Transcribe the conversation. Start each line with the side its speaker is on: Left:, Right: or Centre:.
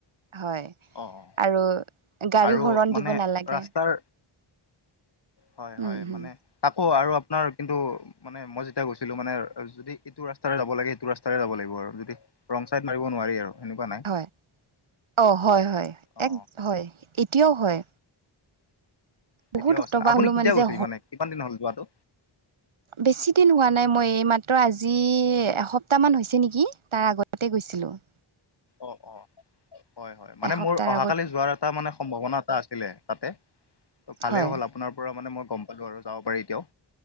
Right: হয়
Left: অ অ
Right: আৰু গাড়ী
Left: আৰু
Right: হৰণ
Left: মানে
Right: দিব নালাগে।
Left: ৰাস্তাৰ হয়
Right: উম
Left: হয়
Right: হুম।
Left: মানে তাকো আৰু আপোনাৰ কিন্তু মানে মই যেতিয়া গৈছিলো মানে যদি এইটো ৰাস্তাৰে যাব লাগে এইটো ৰাস্তাৰে যাব লাগিব আৰু যদি ৰং চাইড মাৰিব নোৱাৰি আৰু। সেনেকুৱা নাই
Right: হয় অ হয় হয়
Left: অ
Right: এক হয় এতিয়াও হয়।
Left: অ
Right: বহুত
Left: এতিয়াও
Right: হতবাক
Left: আছে না আপুনি
Right: হলো
Left: কেতিয়া গৈছিল
Right: যে
Left: মানে কিমান দিন হ'ল যোৱাটো?
Right: বেছিদিন হোৱা নাই মই এই মাত্ৰ আজি এসপ্তাহমান হৈছে নেকি তাৰ আগতে গৈছিলোঁ। <inaudible>
Left: অ অ হয় হয় মানে
Right: এসপ্তাহৰ
Left: মোৰ অহাকালি
Right: আগত
Left: যোৱাৰ এটা মানে সম্ভাৱনা এটা আছিলে তাতে ত ভালে
Right: হয়
Left: হ'ল আপ- আপোনাৰ পৰা মানে মই গম পালোঁ আৰু যাব পাৰি এতিয়াও।